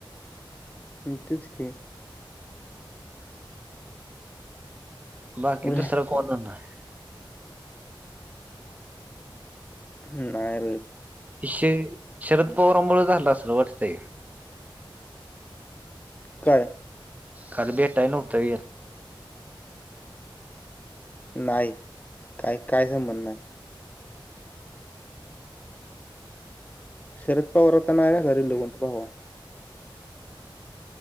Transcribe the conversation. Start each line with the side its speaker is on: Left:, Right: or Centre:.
Left: हं तेच की
Right: बाकी
Left: नाही
Right: दुसरं कोणं होणार आहे.
Left: अ नाहीर.
Right: शे शरद पवारांमुळे झालं असलं वाटतंय ते
Left: कायं?
Right: काल भेटायला नव्हतां येतं.
Left: नाहीं कायं कायं संबंध नाहीं. शरद पवार होता नांय आहेरलो गुट पवार.